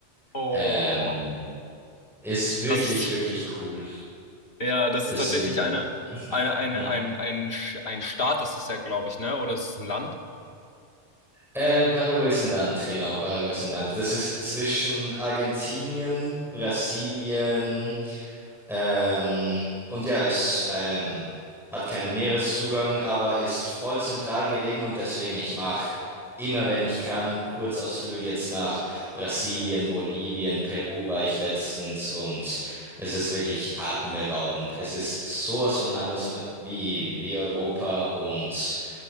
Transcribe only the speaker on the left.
Oh,
das ist,
ja, das ist
tatsächlich eine, eine, eine,
ein, ein, Sch- ein Staat ist es ja, glaube ich, ne? Oder ist es ein Land?